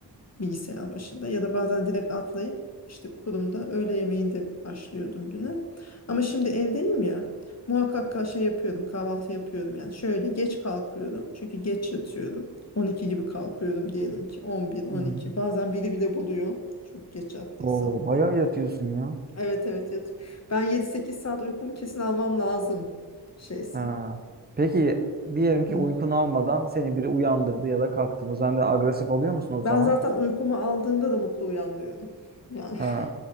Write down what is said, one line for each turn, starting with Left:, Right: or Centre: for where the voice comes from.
Left: bilgisayar başında ya da bazen direkt atlayıp işte kurumda öğle yemeğinde başlıyordum güne. Ama şimdi evdeyim ya muhakkak ka- şey yapıyorum kahvaltı yapıyorum yani şöyle geç kalkıyorum çünkü geç yatıyorum 12 gibi kalkıyorum diyelim ki 11 12
Right: Hı. Hmm.
Left: bazen biri bile buluyor çok geç yattıysam.
Right: Oo, bayağı yatıyorsun ya.
Left: Evet evet yat. Ben 7-8 saat uykumu kesin almam lazım şeysi.
Right: Ha. Peki diyelim ki
Left: Hı.
Right: uykun almadan seni biri uyandırdı ya da kalktın. Sen de agresif oluyor musun o
Left: Ben
Right: zaman?
Left: zaten uykumu aldığımda da mutlu uyanmıyorum. Yani
Right: Ha.
Left: <laughs>